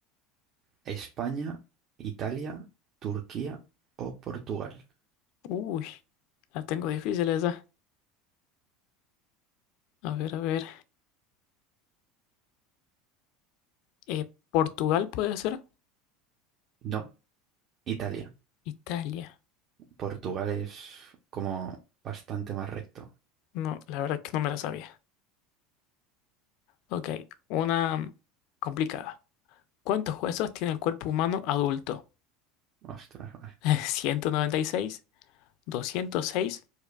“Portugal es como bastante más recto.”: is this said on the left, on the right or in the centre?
Right